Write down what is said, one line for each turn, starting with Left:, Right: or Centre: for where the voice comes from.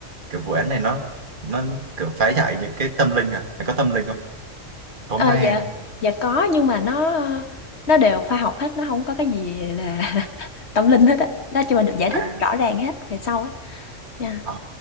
Right: Kiểu vụ án này nó nó kiểu phá giải những cái tâm linh à? Nó có tâm linh không? Có
Left: Ờ
Right: ma
Left: dạ.
Right: nè.
Left: Dạ có nhưng mà nó nó đều khoa học hết, nó không có cái gì là <laughs> tâm linh hết á. Nó chỉ mà được giải
Right: À
Left: thích rõ ràng hết về sau á. Yeah.
Right: À,